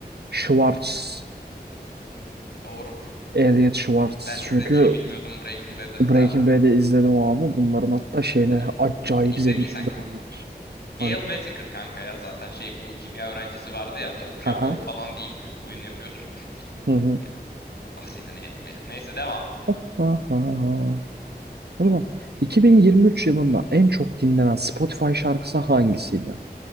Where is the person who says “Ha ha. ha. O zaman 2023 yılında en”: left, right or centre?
Right